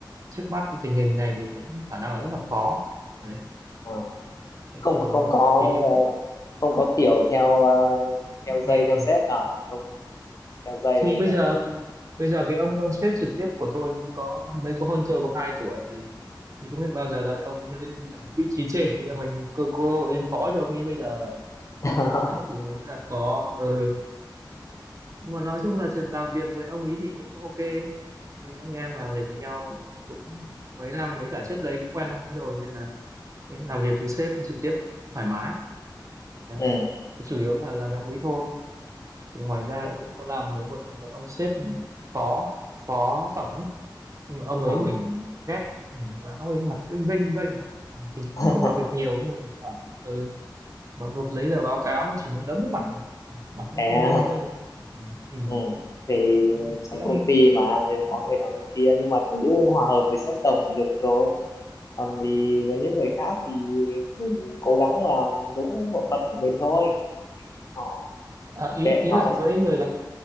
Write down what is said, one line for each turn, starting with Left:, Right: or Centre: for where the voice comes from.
Right: trước mắt cái tình hình này thì cũng khả năng là rất là khó đấy
Left: Ờ.
Right: thế
Left: không
Right: thì
Left: không có
Right: thì
Left: ờ, không có kiểu theo ờ, theo
Right: ừ,
Left: dây theo
Right: ừ.
Left: sếp nào không đeo dây
Right: thì
Left: được
Right: bây
Left: rồi
Right: giờ bây giờ cái ông ông sếp trực tiếp của tôi mới có mới có hơn tôi có 2 tuổi thì thì không biết bao giờ đợi ông ấy mới lên lại vị trí trên thì mình cơ cơ hội lên phó cho ông ấy bây giờ
Left: <laughs>
Right: đấy thì cũng rất là khó ừ nhưng mà nói chung là chuyện làm việc với ông ý thì cũng ok Tại vì anh em làm việc với nhau cũng mấy năm với cả trước đấy cũng quen ông ý rồi nên là cái làm việc với sếp trực tiếp thoải mái đấy
Left: ừ
Right: Thì chủ yếu là làm với ông ý thôi thì ngoài ra
Left: đấy.
Right: thì cũng có làm với một, một ông sếp phó phó tổng ấy nhưng mà ông
Left: Ờ.
Right: ấy mình ghét lắm. ừ. ông ấy mặt cứ vênh vênh thì
Left: <laughs>
Right: cũng không làm việc nhiều nhưng mà thỉnh thoảng ừ, vào nộp giấy tờ báo cáo chỉ muốn đấm vào mặt này mặt nó
Left: thế à?
Right: cứ vênh vênh ừ. ừ.
Left: ừ. thì
Right: thế
Left: trong
Right: thì ông
Left: công ty mà thì có người nọ người kia nhưng mà cứ hòa hợp với sếp tổng là được rồi còn thì với những người khác thì mình cố gắng làm đúng bổn phận của mình thôi họ
Right: À, ý
Left: kệ
Right: ý
Left: họ
Right: là với người làm việc